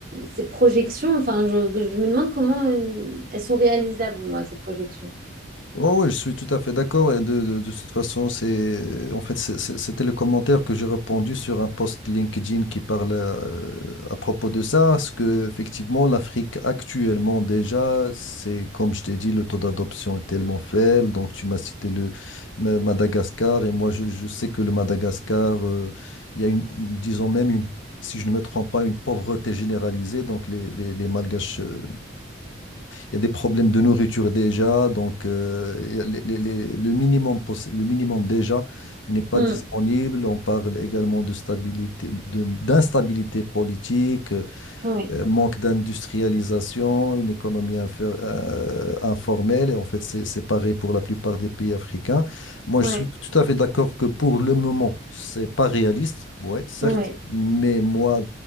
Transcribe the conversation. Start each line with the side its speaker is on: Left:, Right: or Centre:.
Right: ces projections, enfin, je, je me demande comment euh, elles sont réalisables, moi, ces projections.
Left: Ouais, oui, je suis tout à fait d'accord. Et de, de, de toute façon, c'est en fait c'est- c'est- c'était le commentaire que j'ai répondu sur un post LinkedIn qui parle euh, à propos de ça, parce que effectivement l'Afrique actuellement déjà, c'est comme je t'ai dit, le taux d'adoption est tellement faible. Donc tu m'as cité le Ma- Madagascar et moi je, je sais que le Madagascar, euh, il y a une, disons même une, si je ne me trompe pas, une pauvreté généralisée. Donc les, les, les Malgaches euh, il y a des problèmes de nourriture déjà, donc euh, il y a les- les- les- le minimum, poss- le minimum déjà n'est pas
Right: Mm.
Left: disponible. On parle également de stabilité, de- d'instabilité politique, euh,
Right: Ouais,
Left: manque d'industrialisation, une économie inf- euh, informelle. Et en fait, c'est c'est pareil pour la plupart des pays africains. Moi,
Right: ouais,
Left: je suis tout à fait d'accord que pour le moment, c'est pas réaliste, ouais, certes,
Right: ouais,
Left: mais moi,